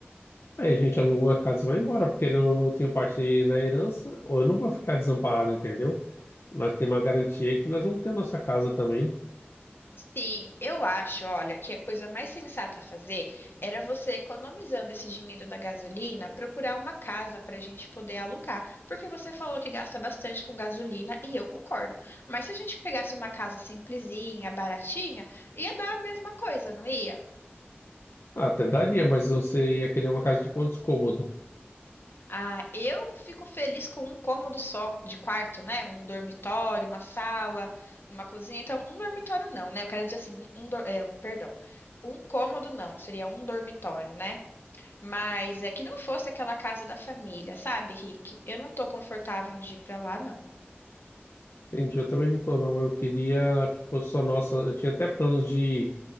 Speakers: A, on the left; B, on the left.
A: Aí a gente aluga uma casa e vai embora, porque querendo ou não, eu tenho parte na herança, ou eu não vou ficar desamparado, entendeu? Nós temos uma garantia que nós vamos ter a nossa casa também.
B: Sim, eu acho, olha, que a coisa mais sensata a fazer era você, economizando esse dinheiro da gasolina, procurar uma casa para a gente poder alugar. Porque você falou que gasta bastante com gasolina e eu concordo. Mas se a gente pegasse uma casa simplesinha, baratinha, ia dar a mesma coisa, não ia?
A: Ah, até daria, mas você ia querer uma casa de quantos cômodos?
B: Ah, eu fico feliz com um cômodo só de quarto, né? Um dormitório, uma sala, uma cozinha. Então, um dormitório não, né? Eu quero dizer assim, um, um dor- é, um perdão. Um cômodo não, seria um dormitório, né? Mas é que não fosse aquela casa da família, sabe, Rick? Eu não tô confortável de ir pra lá, não.
A: Entendi, eu também não tô, não. Eu queria que fosse só nossa. Eu tinha até planos de